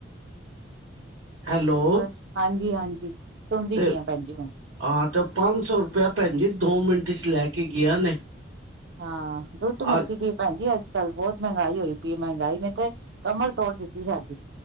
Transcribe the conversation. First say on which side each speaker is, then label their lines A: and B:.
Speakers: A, on the right (about 85°); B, on the right (about 60°).
A: ਹੈਲੋ
B: ਬਸ ਹਾਂਜੀ ਹਾਂਜੀ ਸੁਣਦੀ
A: ਤੇ
B: ਪਈ ਹ ਭੈਣ ਜ ਮੈਂ
A: ਹਾਂ ਤੇ ਉਹ ਪੰਜ ਸੌ ਰੁਪਇਆ ਭੈਣ ਜੀ ਦੋ ਮਿੰਟ ਚ ਲੈ ਕੇ ਗਿਆ ਨੇ
B: ਹਾਂ ਲੁੱਟ ਮੱਛੀ
A: ਅ
B: ਵੀ ਭੈਣ ਜ ਅੱਜ ਕੱਲ੍ਹ ਬਹੁਤ ਮਹਿੰਗਾਈ ਹੋਈ ਪਈ ਮਹਿੰਗਾਈ ਨੇ ਤੇ ਕਮਰ ਤੋੜ ਦਿੱਤੀ ਸਾਡੀ